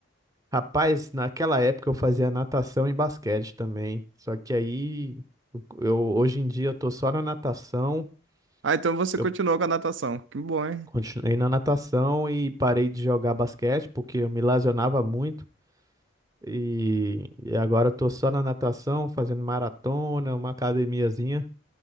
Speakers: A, on the right; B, on the right.
A: rapaz, naquela época eu fazia natação e basquete também. Só que aí, eu, eu- hoje em dia eu tô só na natação.
B: Ah, então você
A: Eu
B: continuou com a natação. Que bom, hein?
A: continuei na natação e parei de jogar basquete porque eu me lesionava muito. E, e agora eu tô só na natação, fazendo maratona, uma academiazinha.